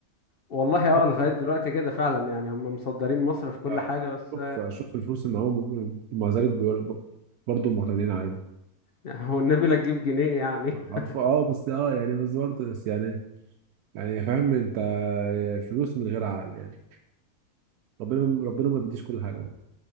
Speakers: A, on the left; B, on the right.
A: والله
B: فكره
A: اه لغاية دلوقتي كده فعلا يعني هم مصدرين مصر في كل
B: اه
A: حاجة بس
B: شوف شوف الفلوس اللي معاهم ممكن- ومع ذلك بيقول برضه معتمدين علينا
A: هو النبي لا تجيب جنيه يعني
B: عارفه
A: <laughs>
B: اه بس اه يعني بس برضه بس يعني يعني فاهم انت فلوس من غير عقل يعني ربنا ربنا ما بيديش كل حاجه